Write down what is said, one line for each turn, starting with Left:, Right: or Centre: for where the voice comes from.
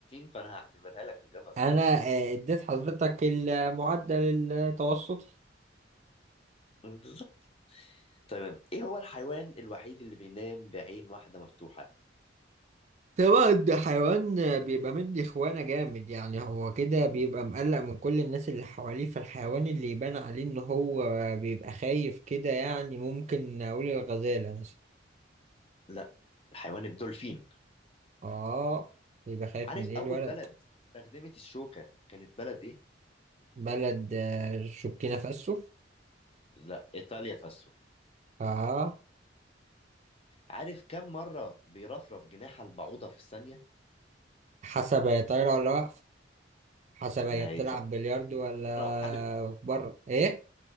Left: فأنا هعتبرها لك إجابة صحيحة
Right: انا آه اديت حضرتك المعدل التوسطي
Left: بالظبط تمام إيه هو الحيوان الوحيد اللي بينام بعين واحدة مفتوحة؟
Right: طبعا ده حيوان بيبقى مدي خوانة جامد يعني هو كده
Left: مم.
Right: بيبقى مقلق من كل الناس اللي حواليه فالحيوان اللي يبان عليه ان هو بيبقى خايف كده يعني ممكن اقول الغزالة مثلا
Left: لا الحيوان الدولفين
Right: اه بيبقى خايف
Left: عارف
Right: من ايه
Left: أول
Right: الولد
Left: بلد استخدمت الشوكة كانت بلد إيه؟
Right: بلد آه، شكينا فاسو
Left: لا ايطاليا فاسو
Right: اه
Left: عارف كم مره بيرفرف جناح البعوضه في الثانيه
Right: حسب هي طايرة ولا واقفة حسب هي
Left: ما
Right: بتلعب
Left: هي
Right: بلياردو ولا
Left: لو حد
Right: بره ايه